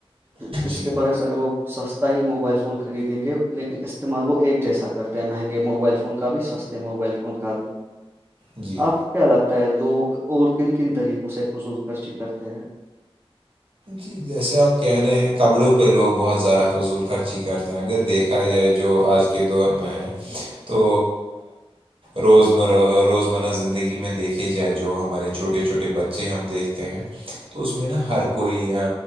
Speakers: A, on the right; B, on the right.
A: اسکے
B: جی
A: بر اگر وہ سستا ہی موبائل فون خریدیں گے لیکن استعمال وہ ایک جیسا کرتے ہیں مہنگے موبائل فون کا بھی سستے موبائل فون کا بھی
B: جی
A: آپ کیا لگتا ہے لوگ اور کن کن طریقوں سے فضول خرچی کرتے ہیں
B: جی جیسے آپ کہہ رہے ہیں کپڑوں پہ لوگ بہت زیادہ فضول خرچی کرتے ہیں اگر دیکھ دکھیا جائے جو آج کے دور میں ہے تو روزمرہ روزمرہ زندگی میں دیکھھی جائے جو ہمارے چھوٹے چھوٹے بچے ہم دیکھتے ہیں تو اس میں نا ہر کوئی ا